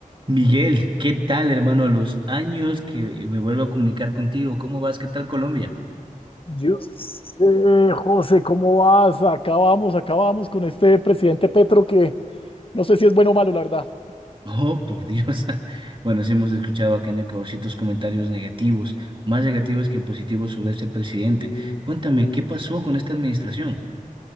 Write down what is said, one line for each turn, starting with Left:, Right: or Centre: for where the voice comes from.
Right: Miguel, ¿qué tal, hermano? A los años que me vuelvo a comunicar contigo, ¿cómo vas? ¿Qué tal Colombia?
Left: Yo sé, José, ¿cómo vas? Acabamos, acabamos con este presidente Petro que no sé si es bueno o malo, la verdad.
Right: Oh, por Dios. <laughs> Bueno, sí hemos escuchado acá en Ecuador ciertos comentarios negativos, más negativos que positivos sobre este presidente.
Left: Sí,
Right: Cuéntame,
Left: sí.
Right: ¿qué pasó con esta administración?